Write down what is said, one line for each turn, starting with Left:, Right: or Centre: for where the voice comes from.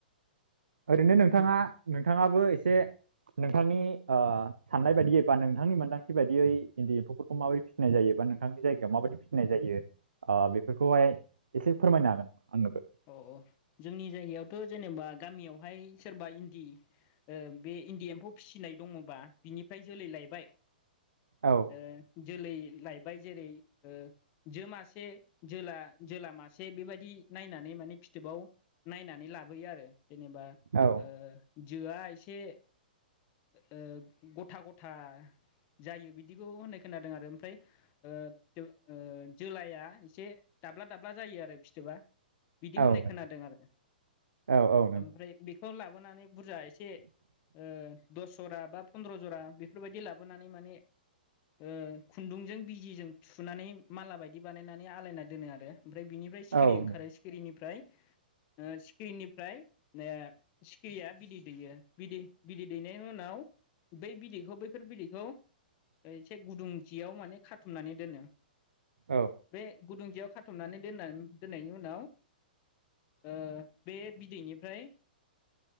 Right: ओरैनो नोंथाङा
Left: होम
Right: नों थाङाबो एसे नोंथांनि ओ साननाय बायदियै बा नोंथांनि मोन्दांथि बायदियै इन्दि एम्फौफोरखौ माबायदि फिनाय जायो बा नोंथांनि जायगायाव माबायदि फिनाय जायो ओ बेफोरखौहाय एसे फोरमायनो हागोन आंनोबो।
Left: अ औ जोंनि जायगायावथ जेनेबा गामियावहाय सोरबा इन्दि ओ बे इन्दि एम्फौ फिसिनाय दङबा बिनिफ्राय जोलै लायबाय
Right: औ
Left: <unintelligible> जोलै लायबाय जेरै ओ जो मासे जोला जोला मासे बेबायदि नायनानै माने फिथोबाव नायनानै लाबोयो आरो जेनेबा
Right: औ
Left: ओ जोआ एसे ओ गथा गथा जायो बिदिखौ होननाय खोनादों आरो ओमफ्राय ओ ओ जोलाया एसे दाब्ला दाब्ला जायो आरो फिथोबा। बिदि
Right: औ
Left: होननाय
Right: नों
Left: खोनादों आरो
Right: औ औ नंगौ
Left: ओमफ्राय बे <unintelligible> बोनानै बुरजा एसे ओ दस जरा बा फन्द्र जरा बेफोरबायदि लाबोनानै माने ओ खुन्दुंजों बिजिजों थुनानै माला बायदि बानायनानै आलायना दोनो आरो ओमफ्राय बिनिफ्राय सिखिरि
Right: औ
Left: ओंखारो
Right: नों
Left: सिखिरिनि फ्राय ओ सिखिरिनिफ्राय ओ सि खिरिया बिदै दैयो बिदै बिदै दैनायनि उनाव बै बिदैखौ बैफोर बिदैखौ एसे गुदुं जियाव माने खाथुमनानै दोनो।
Right: औ
Left: बे गुदुं जियाव खाथुमनानै दोननानै दोननायनि उनाव ओ बे बिदैनिफ्राय